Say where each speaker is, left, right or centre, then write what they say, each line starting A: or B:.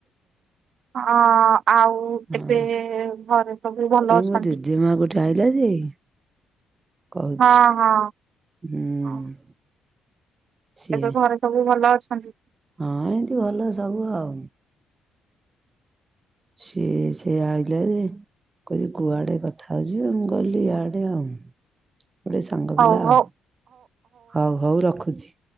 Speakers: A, on the right; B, on the right.
A: ହଁ ଆଉ
B: ହଁ
A: ଏବେ ଏ ଘରେ ସବୁ ଭଲ
B: ଏଇ ମୋ
A: ଅଛନ୍ତି?
B: <unintelligible> ଯେ କହୁଛି
A: ହଁ ହଁ
B: ହୁଁ
A: ହଁ
B: ସିଏ
A: ଏବେ ଘରେ ସବୁ ଭଲ ଅଛନ୍ତି?
B: ହଁ ଏନ୍ତି ଭଲ ସବୁ ଆଉ। ସିଏ ସେ ଆଇଲା ଯେ କହିଲା କୁଆଡେ କଥା ହଉଜୁ ମୁଁ କହିଲି ଇଆଡେ ଆଉ। ଗୋଟେ ସାଙ୍ଗ
A: ହଉ
B: ପିଲା ଆଉ
A: ହଉ
B: ହଉ ହଉ ରଖୁଛି।